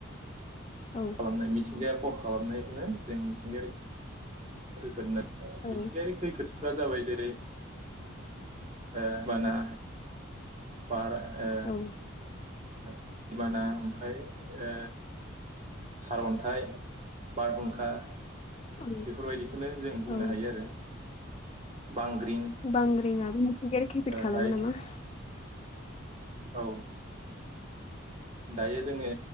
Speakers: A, on the left; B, on the right.
A: औ
B: खालामनाय मिथिंगाया खहा खालामनायखौनो जों मिथिंगायारि खैफोद होनना
A: औ
B: मिथिंगायारि खैफोदफ्रा जाबाय जेरै ओ बाना बार ओ
A: औ
B: दैबाना ओमफ्राय ओ सारअन्थाइ बारहुंखा बेफोरबायदिखौनो
A: औ
B: जों बुंनो
A: औ
B: हायो आरो बांग्रिं
A: बांग्रिंङाबो मिथिंगायारि खैफोद
B: ओ
A: खालामो
B: दायो
A: नामा
B: औ दायो जोङो